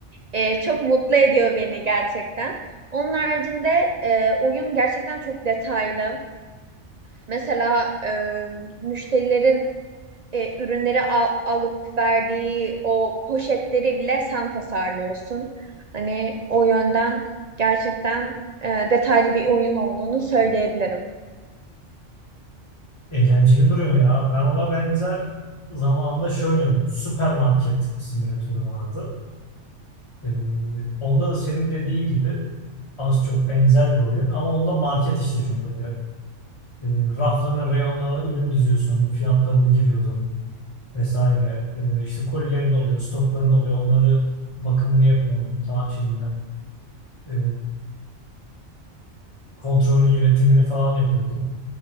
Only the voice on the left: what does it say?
Eğlenceli duruyor ya. Ben ona benzer zamanında şey oynuyordum. Süpermarket simülatörü vardı. Ee, onda da senin dediğin gibi az çok benzer bir oyun. Ama onda market işletiyorsun böyle. E, raflarına, reyonlarına ürün diziyorsun. Fiyatlarını giriyordun vesaire. E, işte kolilerin oluyor, stokların oluyor. Onları bakımını yapıyorsun. Ta şeyine, e, kontrolünü, yönetimini falan yapıyordun.